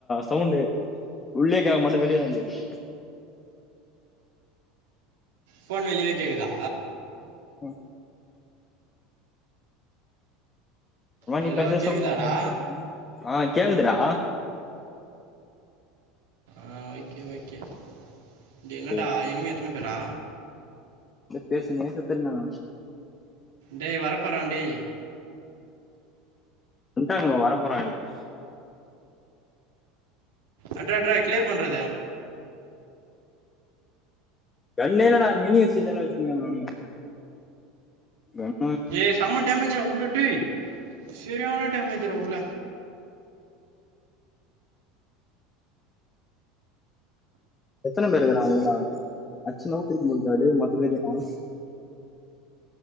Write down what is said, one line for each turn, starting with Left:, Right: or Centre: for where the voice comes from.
Left: சவுண்டு உள்ளையே கேட்க மாட்டேங்குது வெளிய தா கேக்குது
Right: போன் வெளியவே கேக்குதா
Left: ஆ <unintelligible>
Right: ஹலோ கேக்குதாடா
Left: ஆ கேக்குது டா
Right: ஆ ஓகே ஓகே இது என்னடா
Left: ஐயோ,
Right: எனிமே எத்தன பேர்ரா
Left: பேசு <unintelligible>
Right: டேய் வரப் போறான் டே
Left: வன்டாங்களா வர போறாங்களா
Right: அட்ரா அட்ரா கிளியர் பண்ற அத
Left: கன்னே இல்லடா மினி <unintelligible> தானே வச்சுருக்காங்க அவனுங்க என்
Right: ஏ செம டேமேஜ்டா உள்ள டேய் சரியான டேமேஜ் டா உள்ள
Left: எத்தன பேரு இருக்கறாங்க உள்ள அடிச்சு நவுத்தி <unintelligible> மொத்த பேரையு காணோ